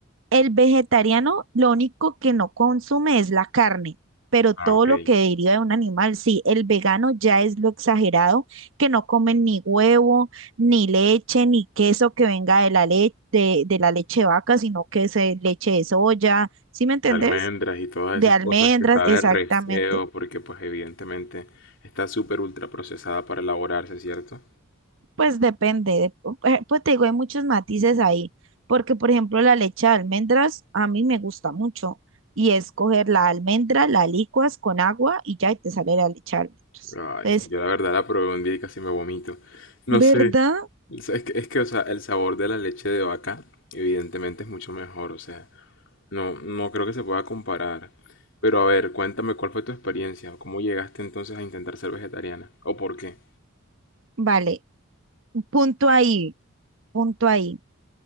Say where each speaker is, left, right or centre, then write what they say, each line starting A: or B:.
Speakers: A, on the right; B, on the left.
A: El vegetariano lo único que no consume es la carne, pero
B: Ah,
A: todo
B: ok.
A: lo
B: De
A: que deriva de un animal, sí, el vegano ya es lo exagerado, que no comen ni huevo, ni leche, ni queso que venga de la leche, de, de la leche de vaca, sino que es eh, leche de soya, ¿sí me entendés?
B: almendras y todas
A: De
B: esas
A: almendras,
B: cosas que sabe
A: exactamente.
B: re feo, porque pues evidentemente está súper ultra procesada para elaborarse, ¿cierto?
A: Pues depende, de- eh, pues te digo, hay muchos matices ahí, porque por ejemplo la leche de almendras a mí me gusta mucho y es coger la almendra, la licuas con agua y ya y te sale la leche de almendras.
B: Ay,
A: Entonces,
B: yo la verdad la probé un día y casi me vomito. No
A: ¿verdad?
B: sé. Es que, es que, o sea, el sabor de la leche de vaca evidentemente es mucho mejor, o sea, no, no creo que se pueda comparar. Pero a ver, cuéntame cuál fue tu experiencia, cómo llegaste entonces a intentar ser vegetariana, o por qué,
A: Vale, punto ahí, punto ahí.